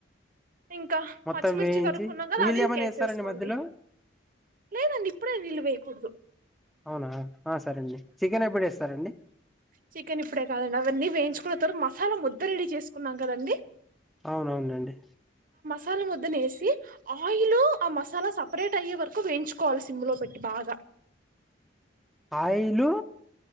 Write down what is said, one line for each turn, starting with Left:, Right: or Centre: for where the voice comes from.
Right: ఇంకా
Centre: మొత్తం
Right: పచ్చిమిర్చి
Centre: వేయించి
Right: తరుక్కున్నాం కదా
Centre: నీళ్ళు
Right: అవి
Centre: ఏమన్నా
Right: కేసేసుకోండి
Centre: వేస్తారండి మధ్యలో
Right: లేదండి నిళ్ళు వేయకూడదు
Centre: అవునా ఆ సరే అండి చికెన్ ఎప్పుడు వేస్తారండి
Right: చికెన్ ఇప్పుడే కాదండి అవన్నీ వేయించి కున్న తర్వాత మసాలా ముద్ద రెడీ చేసుకున్నాం కదండి
Centre: అవునవునండి
Right: మసాల ముద్దనే వేసి ఆయిల్ ఆ మసాలా సపరేట్ అయ్యే వరకు వేయించుకోవాలి సిమ్ లో పె బాగా
Centre: ఆయిలు